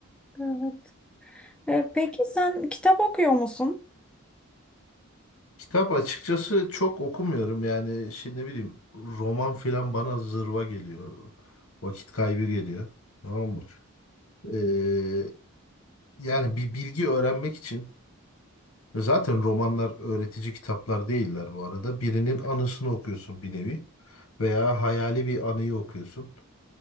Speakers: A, in the centre; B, on the left (about 75°).
A: evet. E, peki sen kitap okuyor musun?
B: Kitap açıkçası çok okumuyorum yani şimdi ne bileyim roman filan bana zırva geliyor. Vakit kaybı geliyor. Tamam mı? Ee, yani bir bilgi öğrenmek için zaten romanlar öğretici kitaplar değiller bu arada. Birinin anısını okuyorsun bir nevi veya hayali bir anıyı okuyorsun.